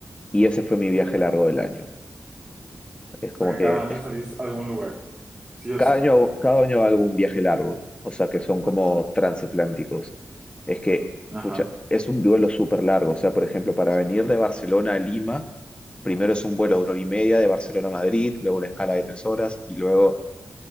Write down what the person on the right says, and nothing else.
Ajá.
O sea que
cada año salís a algún lugar, sí o
sí.
Ajá.